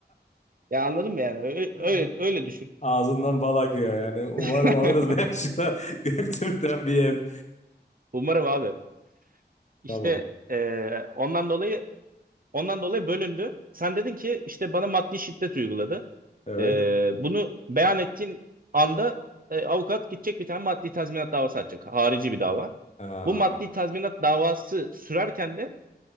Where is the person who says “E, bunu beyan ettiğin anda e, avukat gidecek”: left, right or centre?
Right